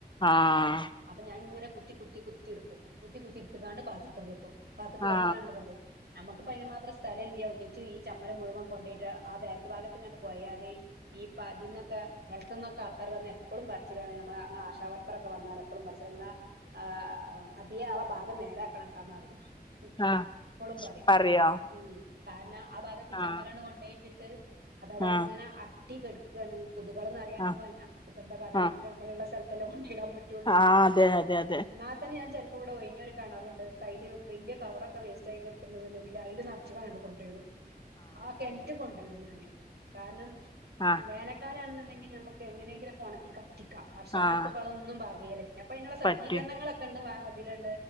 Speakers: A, on the left; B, on the right.
A: ആഹ്
B: അപ്പൊ ഞാൻ ഇങ്ങനെ കുത്തി കുത്തി കുത്തി എടുക്കും. കുത്തി കുത്തി ഇടുത്ത്ക്കാണ്ട് പാത്രത്തി കൂട്ടും പാത്രത്ത്
A: ആ
B: കാക്കിക്കാണ്ട്
A: ആ
B: കൊണ്ടരി നമുക്കിപ്പോ അയിന് മാത്രം സ്ഥലയില്ല ഒന്നിച്ച് ഈ ചമ്മലം മുഴുവൻ കൊണ്ടയിട്ട് ആഹ് ബാക്ക് ഭാഗത്ത് കണ്ട് പോയാൽ. <unintelligible> ഇപ്പ അതിനു ഒക്കെ ഹെൽത്ത്‌ ഒക്കെ ആൾക്കാര് വന്നു എപ്പളും പറച്ചിലാണ്, നമ്മടെ ഞങ്ങടെ ആശാ വർക്കറൊക്കെ വന്നാല് എപ്പോളും പ്രശ്നങ്ങളാ. ആഹ് അബിയ ആഹ് ഭാഗം നേരെ ആക്കണം കേട്ടോന്ന് അറിയും. ഉം
A: ആ
B: ഇപ്പളും പറയും
A: പറയോ
B: ഉം കാരണം ആഹ് ഭാഗത്ത് ഈ
A: ആഹ്
B: ചമ്മലണ് കൊണ്ടോയിട്ട്. ട്ട് അത് അവിടെ അങ്ങനെ
A: ആഹ്
B: അട്ടി കിടക്കുകയാണ് കൊതുകള് നറിയാന്
A: ആഹ്
B: ഇപ്പോ നമ്മക്കിപ്പോ എന്താ കാട്ടണേ
A: ആഹ്
B: നമ്മക്ക് നമ്മ്. നമ്മള് ഉള്ള സ്ഥലത്തല്ലേ കൊണ്ട് ഇടാൻ പറ്റുള്ളൂ
A: ആഹ് അതെ അതെ അതെ
B: ഇന്നാ തന്നെ ഞാൻ ചെലപ്പോ ഇവിടെ ഒഴിഞ്ഞൊരു കിണറുണ്ട്, അയില് വല്ല്യ കവർ ഒക്കെ വേസ്റ്റ് ആയി കിടക്കുന്നുണ്ട് ഇല്ലെങ്കിൽ അയില് നിറയെ. ഇച്ച് കഴിയുമ്പോ കൊണ്ടിടും ആഹ് കിണറ്റിൽ കൊണ്ടയിടും ഞാന് കാരണം.
A: ആഹ്
B: വേനക്കാലാണെന്നുണ്ടെങ്കിൽ നമുക്ക് എങ്ങനെങ്കിലും ഒക്കെ ഉണക്കി കത്തിക്കാം, വർഷക്കാലത്ത്
A: ആഹ്
B: ഇപ്പൊ അതൊന്നും പാകേല പിന്നെ. അപ്പ അയിനുള്ള സജ്ജീകരണങ്ങളോ
A: പറ്റും
B: കണ്ട് വാ അതിലുള്ള